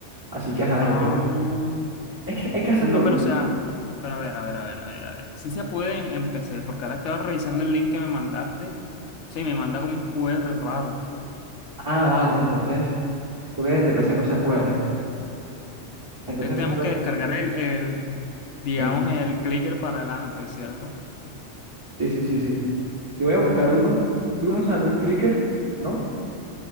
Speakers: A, on the right (about 20°); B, on the left (about 75°).
A: Así que ajá,
B: Ah,
A: yo creo, es que hay que hacerlo
B: no,
A: bien.
B: pero o sea, pero a ver, a ver, a ver, a ver, a ver. Sí se puede en, en PC, porque ahora estaba revisando el link que me mandaste. Sí, me manda como un QR raro.
A: Ah, vale, entonces creo que de PC no se puede. Entonces
B: Entonces, tenemos
A: simplemente
B: que descargar el, el digamos,
A: el...
B: el clicker para el Android, ¿cierto?
A: Sí, sí, sí, sí. Yo voy a buscar uno. ¿Tú no sabes algún clicker? ¿No?